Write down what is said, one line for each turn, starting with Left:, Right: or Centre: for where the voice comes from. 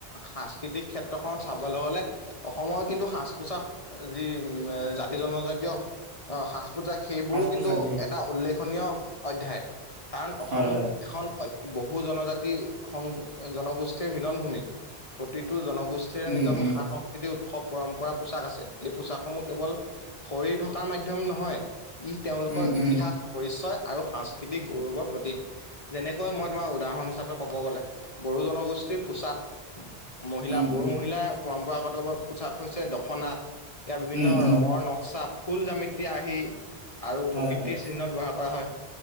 Left: সাংস্কৃতিক ক্ষেত্ৰখনত চাবলৈ গ'লে- অসমৰ কিন্তু সাজ-পোছাক যি জাতি-জনজাতীয়- অঁ', সাজ-পোজাক সেইবোৰো
Right: সাজ
Left: কিন্তু
Right: পোছাক সেই
Left: এটা উল্লেখনীয়- অধ্যায়। কাৰণ অসম
Right: হয় হয়
Left: এখন বহু জনজাতি সং জনগোষ্ঠীৰ মিলন ভূমি, প্ৰতিটো জনগোষ্ঠীৰে
Right: উম
Left: নিজৰ ভাষা
Right: উম
Left: নীতি উৎসৱ পৰম্পৰা পোচাক আছে এই পোচাকসমূহ কেৱল শৰীৰ থকাৰ মাধ্যম নহয় ই তেওঁলোকৰ
Right: উম
Left: ইতিহাস
Right: উম
Left: পৰিচয় আৰু সাংস্কৃতিক গৌৰৱৰ প্ৰতীক যেনেকৈ মই তোমাৰ উদাহৰণ হিচাপে ক'ব গ'লে বড়ো জনগোষ্ঠীৰ পোচাক, মহিলা
Right: উম
Left: বড়ো
Right: উম
Left: মহিলা পৰম্পৰাগত বা পোছাক হৈছে দখনা ইয়াৰ বিভিন্ন
Right: উম উম
Left: ৰঙৰ ন চা ফুল জামিতিয়া আহি আৰু
Right: হয়
Left: প্ৰকৃতিৰ
Right: হয়
Left: চিহ্ন ব্যৱহাৰ কৰা হয়